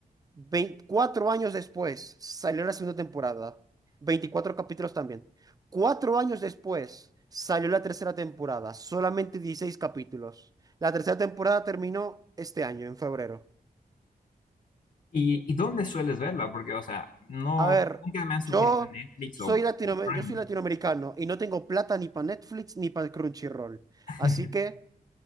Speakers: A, on the right; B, on the left.
A: Vein- cuatro años después salió la segunda temporada. veinticuatro capítulos también. Cuatro años después salió la tercera temporada, solamente 16 capítulos. La tercera temporada terminó este año, en febrero.
B: ¿Y, y dónde sueles verla? Porque, o sea, no,
A: A ver,
B: nunca me
A: yo
B: han sugerido Netflix
A: soy
B: o, o
A: latino,
B: Prime.
A: yo soy latinoamericano y no tengo plata ni para Netflix ni para Crunchyroll.
B: <laughs>
A: Así que...